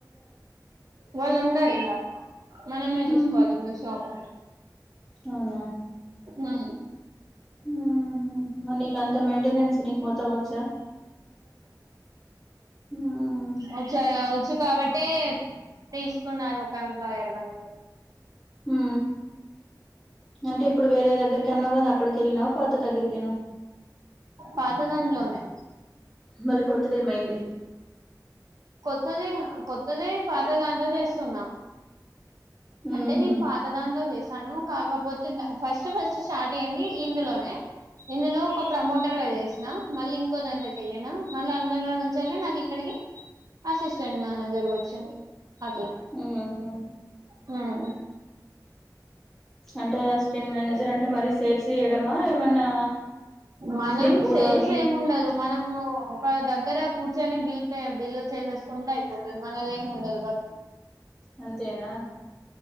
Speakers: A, on the right (about 55°); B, in the centre.
A: వాళ్ళు ఉండరు ఇంగ మనమే
B: మ్మ్
A: చూసుకోవాలి ఇంకా షాపు
B: అవునా
A: ఆ
B: ఉ మరి నీకు అంత మెంట్ మెయింటెనెన్స్ నీకు మొత్తం వచ్చా మ్మ్
A: వచ్చయ అవు వచ్చు కాబట్టే తీసుకున్నారు ఒక ఎంప్లాయర్ గాని
B: ఉ అంటే ఇప్పుడు వేరే దగ్గరికి అన్నావు కదా అక్కడికి ఎల్నావ్ పాత దగ్గరికేనా
A: పాత దాంట్లోనే
B: మళ్ళీ కొత్తదేమయింది
A: కొత్తది కొత్తది పాత దాంట్లో చేస్తున్నా
B: ఉహు
A: అంటే నేను పాతదానిలో చేస్త వస్తాను కాకపోతే ఫస్ట్ ఫస్ట్ స్టార్ట్ అయ్యింది ఇందులోనే ఇందులో ఒక ప్రమోటర్ గా చేసి న మళ్ళీ ఇంకో దాంలోకి వెళ్ళనా మళ్ళీ అందలో నుంచిల్లి నాకు ఇక్కడికి అసిస్టెంట్ మేనేజర్ వచ్చింది అట్ల
B: మ్మ్ హు
A: మ్మ్
B: అంటే అసిస్టెంట్ మేనేజర్ అంటే మరి సేల్స్ జేయడమా ఏమన్నా
A: మనం
B: స్లిప్పులు
A: సేల్స్
B: అవి
A: ఏమి ఉండదు మనము ఒక దగ్గర కూర్చొని బిల్ బిల్ చేసేసుకుంటే అయిపోతుంది మనది ఏమి ఉండదు బర్
B: అంతేనా